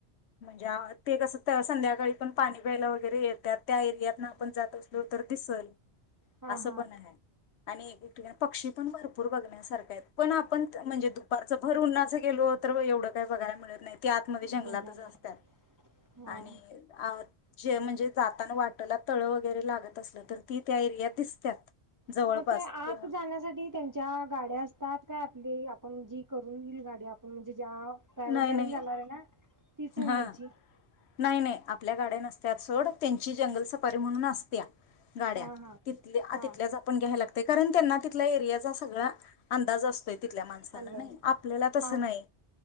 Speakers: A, on the left; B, on the right.
A: म्हणजे ते कसं संध्याकाळी पण पाणी प्यायला वगैरे येत्यात त्या एरियातन
B: ठीक
A: आपण
B: आहे
A: जात असलो तर <unintelligible>
B: हा
A: असं
B: हा
A: पण हाय आणि <unintelligible> पक्षी पण भरपूर बघण्यासारखं <unintelligible> पण आपण म्हणजे दुपारच भर उन्हाच गेलो तर एवढं काही बघायला मिळत नाही ते आतमध्ये
B: महिलांना
A: जंगलातच असतात
B: हा
A: आणि जे म्हणजे जाताना वाटला तळं वगैरे लागत असलं तर ती त्या एरियात दिसत्यात जवळपास
B: मग ते आत
A: तेव्हा
B: जाण्यासाठी त्यांच्या गाड्या असतात काय आपली आपण जी करून न्हील गाडी आपण म्हणजे ज्या प्रायव्हेट
A: नाही
B: गाडी
A: नाही
B: जाणार आहे ना तीच ण्यायची
A: हा नाही नाही आपल्या गाड्या नसत्यात सोड त्यांची जंगल सफारी म्हणून असत्या गाड्या
B: हा हा
A: ति
B: हा
A: तिथल्याच आपण घ्यायलागत ते कारण त्यांना तिथल्या एरियाचा सगळा अंदाज असतोय तिथल्या माणसान
B: अंदाज
A: नाही आपल्याला तस
B: हा
A: नाही